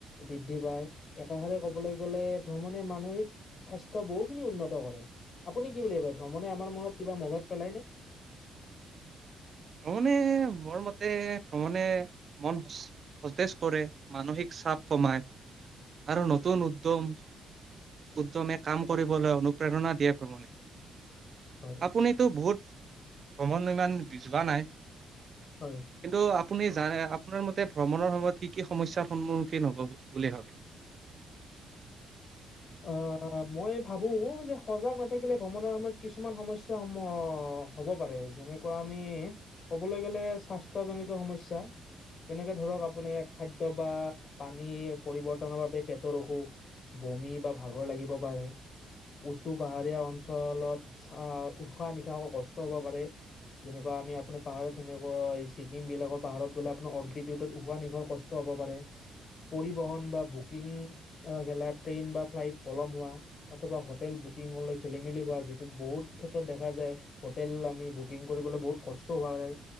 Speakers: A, on the left (about 50°); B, on the right (about 45°).
A: বৃদ্ধি পায় একাষাৰে ক'ব ভ্ৰমণে মানসিক স্বাস্থ্য বহু খিনি উন্নত কৰে আপুনি কি বুলিব ভ্ৰমণে আমাৰ <unintelligible> কিবা মনত পেলাই নে।
B: ভ্ৰমণে মোৰ মতে ভ্ৰমণে মন সতেজ কৰে মানসিক চাপ কমাই আৰু নতুন উদ্যম উদ্যমে কাম কৰিবলৈ অনুপ্ৰেৰণা দিয়ে ভ্ৰমণে
A: হয়
B: আপুনিতো বহুত ভ্ৰমনয়মান যোৱা নাই। কিন্তু
A: হয়।
B: আপুনি জান আপোনাৰ মতে ভ্ৰমণৰ সময়ত কি কি সমস্যাৰ সন্মুখীন হ'ব বুলি ভাবে <inaudible>
A: অ', মই ভাবো যে সজাগ নাথাকিলে ভ্ৰমণৰ সময়ত কিছুমান সমস্যাসমূহ হ হ'ব পাৰে যেনেকুৱা আমি কবলৈ গলে স্বাস্থ্যজনিত সমস্যা। যেনেকে ধৰক আপুনি খাদ্য বা পানীৰ পৰিবৰ্তনৰ বাবে পেটৰ অসুখ বমি বা ভাগৰ লাগিব পাৰে। উচু পাহাৰীয়া অঞ্চলত চ উশাহ নিশাহৰ কষ্ট হব পাৰে যেনেকুৱা আমি আপুনি পাহাৰত ছিকিম বিলাকৰ পাহৰত গলে আপোনাৰ <unintelligible> পাৰে। পৰিবহন বা বুকিং <unintelligible> বা ফ্লাইট পলম হোৱা অথবা হোটেল বুকিঙলৈ খেলি মেলি হোৱা যিটো বহুত ক্ষেত্ৰত দেখা যায় হোটেল আমি বুকিং কৰিবলৈ বহুত কষ্ট হোৱা যায়